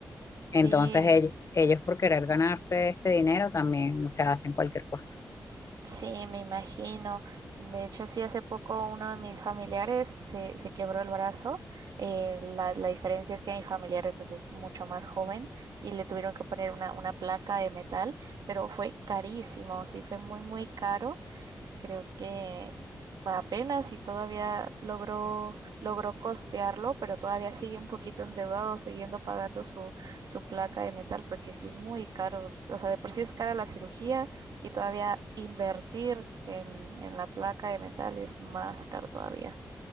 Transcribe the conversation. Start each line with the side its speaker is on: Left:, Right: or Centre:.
Right: sí,
Left: Entonces ellos, ellos por querer ganarse este dinero también, o sea, hacen cualquier cosa.
Right: Sí, me imagino. De hecho, sí, hace poco uno de mis familiares se, se quebró el brazo. Eh, la, la diferencia es que mi familiar pues, es mucho más joven y le tuvieron que poner una, una placa de metal, pero fue carísimo, sí, fue muy, muy caro. Creo que apenas y todavía logró, logró costearlo, pero todavía sigue un poquito endeudado, siguiendo pagando su, su placa de metal, porque sí es muy caro. O sea, de por sí es cara la cirugía y todavía invertir en, en la placa de metal es más caro todavía.